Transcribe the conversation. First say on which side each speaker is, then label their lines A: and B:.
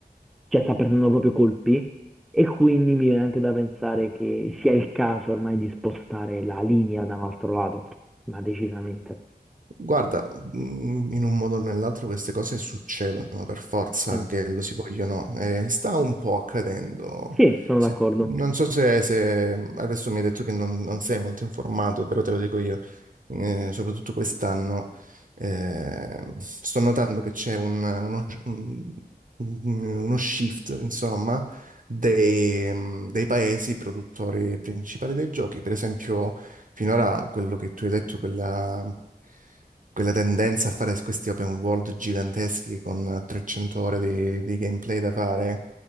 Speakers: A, in the centre; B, on the right (about 55°).
A: cioè sta perdendo proprio colpi e quindi mi viene anche da pensare che sia il caso ormai di spostare la linea da un altro lato, ma decisamente.
B: Guarda, mh, in un modo o nell'altro queste cose succedono per forza,
A: Mm.
B: che lo si vogliono, o no, e sta un po' accadendo.
A: Sì, sono
B: Se-
A: d'accordo.
B: non so se, se- adesso mi hai detto che non, non sei molto informato, però te lo dico io, Eh, soprattutto quest'anno, eh, sto notando che c'è un- uno, un- uno shift, insomma, dei, mm, dei paesi produttori principali dei giochi. Per esempio, finora quello che tu hai detto, quella quella tendenza a fare questi open world giganteschi con 300 ore di, di gameplay da fare,